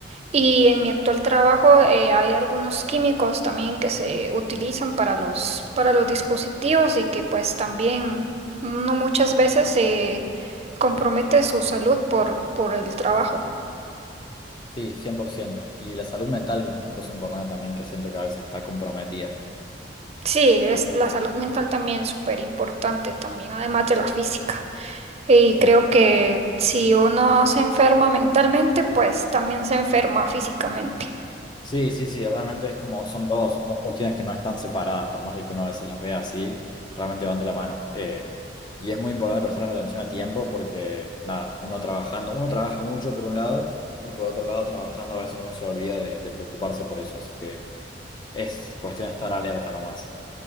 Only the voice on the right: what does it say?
Y en mi actual trabajo eh, hay algunos químicos también que se utilizan para los, para los dispositivos y que pues también uno muchas veces se compromete su salud por, por el trabajo.
Sí, es la salud mental también súper importante también, además de la física. Y
creo que si uno se enferma mentalmente, pues también se enferma físicamente.